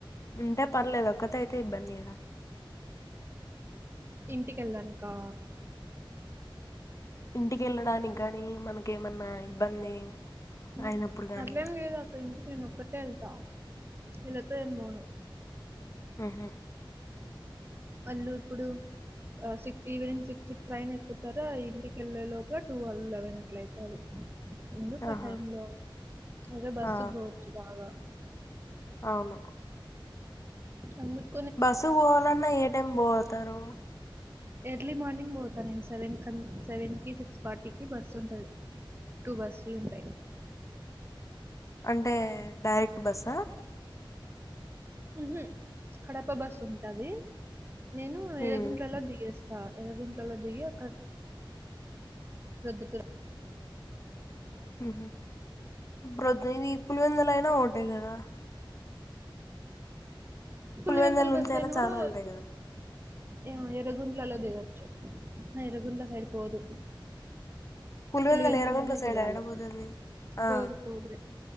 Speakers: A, on the left; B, on the right.
A: ఉంటే పర్లేదు ఒక్కతే అయితే ఇబ్బంది గదా
B: ఇంటికెళ్ళానుకా
A: ఇంటికి ఎళ్ళడానికి గాని మనకేమన్నా ఇబ్బంది
B: ఉ
A: అయినప్పుడు గానీ
B: అట్లేం లేదు అక్క ఇంటికి నేను ఒక్కతే ఎళ్తా నేను ఈళ్లతో ఏం పోను
A: ఉహు
B: వాళ్ళు ఇప్పుడు సిక్ ఈవినింగ్ సిక్స్ ట్రైన్ ఎక్కుతారా ఇంటికెళ్ళే లోపల టూల్ లెవెన్ అట్ల అయితాది ఎందుకా
A: ఆహా
B: టైమ్ లో అదే బస్సుగు
A: ఆ
B: పోచ్చు బాగా
A: అవును
B: అందుక్
A: బస్సుకు పోవాలన్నా ఏ టైం బో పోతారు
B: ఎర్లీ మార్నింగ్ పోతాను నేను సెవెన్ సెవెన్ కి సిక్స్ ఫార్టీ కి బస్సు ఉంటాది టూ బస్సులు ఉంటాయి
A: అంటే డైరెక్ట్ బస్సా
B: ఉ హు కడప బస్సు ఉంటాది నేను
A: ఉమ్
B: ఏలగుంట్లలో దిగేస్ స్తా ఏలగుంట్లలో దిగి అక్కడ్ ప్రొద్దుటూరు
A: ఉహు ప్రొద్దున ఇ పులివెందల్ అయినా ఒకటే గాదా
B: పులివెందల్
A: పులివెందుల
B: బస్సయినాగూడా
A: నుంచి అయినా చానా ఉంటాయి కదా
B: ఏమో ఎర్రగుంట్లలో దిగచ్చు హ ఎర్రగుంట్లల సైడ్ పోదు
A: పులివెందుల
B: పులివెందల్లోనే
A: ఎర్రగుంట్ల సైడ్
B: దిగాలే
A: ఏడపోతుంది ఆ
B: పోదు పోదుీ